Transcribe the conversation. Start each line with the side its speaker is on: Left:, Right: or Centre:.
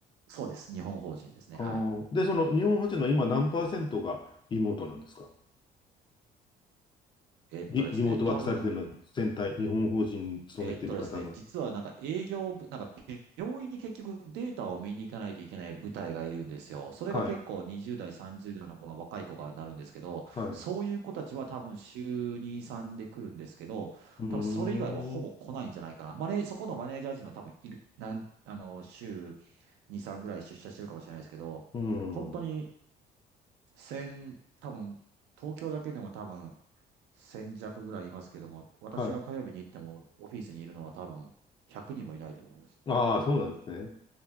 Right: そうです。日本法人ですね。
Left: あーで、
Right: はい。
Left: その日本法人の今何パーセントがリモートなんですか
Right: えっとですね、
Left: リ、リモートワークされてるのは全体、
Right: 多分、
Left: 日本法人に勤めてる方の。
Right: えっとですね、実はなんか営業部、なんか病院に結局データを見に行かないといけない部隊がいるんですよ。それが結構20代、
Left: はい
Right: 30代の子が若い子がなるんですけど、
Left: はい。
Right: そういう子たちは多分週2、3で来るんですけど、
Left: うーん。
Right: 多分それ以外はほぼ来ないんじゃないかな。マネー、そこのマネージャー陣は多分いる、なん、あの、週2、3ぐらい出社してるかもしれないですけど、
Left: うん。
Right: 本当に1多分東京だけでも多分1000弱ぐらいいますけども、私が火曜日に行ってもオフィスにいるのは多分100人もいないと思います。
Left: はい。ああ、そうなんですね。